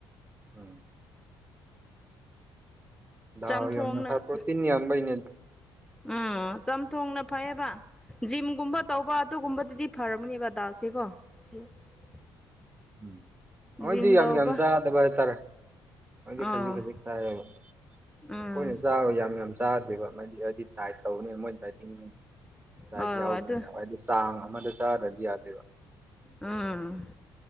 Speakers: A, on the right; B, in the centre.
A: ꯎꯝ ꯗꯥꯜ
B: ꯆꯝꯊꯣꯡꯅ
A: ꯌꯥꯝꯅ ꯅꯣꯏꯈꯠ ꯄꯔꯣꯇꯤꯟ ꯌꯥꯝꯕꯩꯅꯦ ꯑꯗꯨ
B: ꯎꯝ ꯆꯝꯊꯣꯡꯅ ꯐꯩꯌꯦꯕ ꯖꯤꯝꯒꯨꯝꯕ
A: ꯎꯝ
B: ꯇꯧꯕ ꯇꯨꯒꯨꯝꯕꯗꯤ ꯐꯔꯝꯅꯤꯕꯕꯥ ꯗꯥꯜꯁꯤ ꯀꯑꯣ <inaudible>
A: ꯎꯝ ꯃꯍꯣꯏꯗꯤ
B: ꯖꯤꯝ
A: ꯌꯥꯝ
B: ꯇꯧꯕ
A: ꯌꯥꯝ ꯆꯥꯗꯕ ꯍꯥꯏꯇꯥꯔꯦ ꯃꯣꯏꯗꯤ
B: ꯑꯥ
A: ꯈꯖꯤꯛ ꯈꯖꯤꯛ ꯆꯥꯏꯌꯦꯕ ꯑꯩꯈꯣꯏꯅ
B: ꯎꯝ
A: ꯆꯥꯕ ꯌꯥꯝ ꯌꯥꯝ ꯆꯥꯗꯦꯕ ꯃꯣꯏꯗꯤ ꯍꯥꯏꯗꯤ ꯗꯥꯏꯠ ꯇꯧꯅꯤꯅ ꯃꯣꯏ ꯗꯥꯏꯠꯇꯤꯡ ꯗꯥꯏ
B: ꯍꯣꯏ
A: ꯌꯥꯎꯕꯅꯦ
B: ꯍꯣꯏ ꯑꯗꯨ
A: ꯍꯥꯏꯗꯤ ꯇꯥꯡ ꯑꯃꯗ ꯆꯥꯗꯔꯥꯗꯤ ꯌꯥꯗꯦꯕ
B: ꯎꯝ